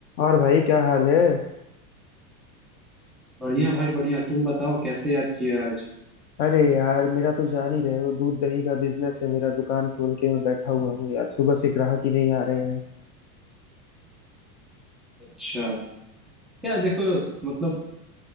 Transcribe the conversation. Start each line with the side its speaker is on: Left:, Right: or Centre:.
Left: और भाई क्या हाल है
Centre: बढ़िया भाई बढ़िया तुम बताओ कैसे याद किया आज
Left: अरे यार मेरा तो जान ही रहे हो दूध दही का बिजनेस है मेरा दुकान खोल के मैं बैठा हुआ हूँ यार सुबह से ग्राहक ही नहीं आ रहे हैं
Centre: अच्छा यार देखो मतलब